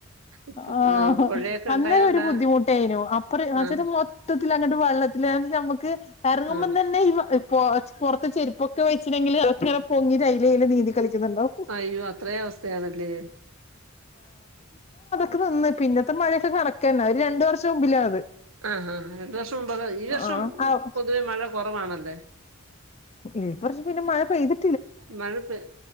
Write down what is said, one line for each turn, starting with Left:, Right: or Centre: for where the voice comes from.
Right: ഇപ്പ
Left: ആഹ്
Right: പുഴയൊക്കെ
Left: അന്നേ
Right: ഉണ്ടായോണ്ടാ
Left: ഒരു ബുദ്ധിമുട്ടായിന്നു അ <unintelligible>
Right: ആഹ്
Left: മൊത്തത്തിൽ അങ്ങട്ട് വെള്ളത്തി നമുക്ക് എറങ്ങുമ്പം
Right: ആഹ്
Left: തന്നെ ഇ പൊ പൊറത്ത് ചെരുപ്പൊക്കെ വെച്ചിന്നെങ്കില് ഇതൊക്കെ ഇങ്ങനെ പൊങ്ങി അയിലെ ഇയിലെ നീന്തി കളിക്കുന്നുണ്ടാവും
Right: അയ്യോ അത്രേം അവസ്ഥയാണല്ലേ
Left: <unintelligible> പിന്നെ ത്തെ മഴയൊക്കെ കണക്കന്ന ഒരു രണ്ടു വർഷം മുമ്പിലാ അത്
Right: ആഹ് ആഹ് രണ്ടു വർഷം മുമ്പ് അതാ ഈ വർഷം
Left: ആഹ് ആഹ്
Right: പൊതുവെ മഴ കൊറവാണല്ല്
Left: ഈ വർഷം പിന്നെ മഴ പെയ്യ്തി
Right: മഴ പെയ്